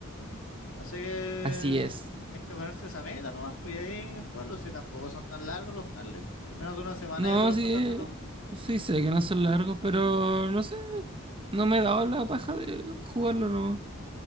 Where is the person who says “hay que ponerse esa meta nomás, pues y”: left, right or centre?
Left